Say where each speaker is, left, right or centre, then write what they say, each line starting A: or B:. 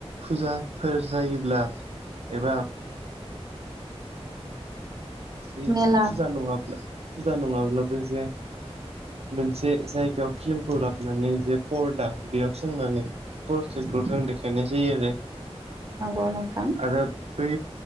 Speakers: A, on the right; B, on the right.
A: फुजाफोर जायोब्ला एबा जे
B: मेला
A: फुजा नङाब्ला फुजा नङाब्लाबो जे मोनसे जायगायाव फिल्मखौ लाबोनानै जे पर्दा बेयाव सोंनानै प्रसेसखौ जों देखायनाय जायो आरो
B: नंगौ नोंथां
A: आरो बै